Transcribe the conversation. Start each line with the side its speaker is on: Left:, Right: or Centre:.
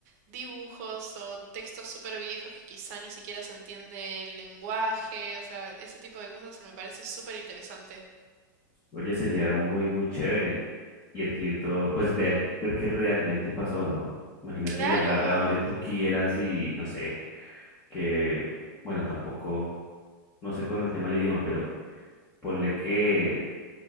Right: dibujos o textos súper viejos que quizá ni siquiera se entiende el lenguaje. O sea, ese tipo de cosas me parece súper interesante.
Left: Oye, sería muy, muy chévere y adquirir todo, pues ver, ver qué realmente pasó, ¿no? Imagínate
Right: Claro.
Left: viajar a donde tú quieras y no sé, que, bueno, tampoco, no sé con el tema del idioma, pero ponle que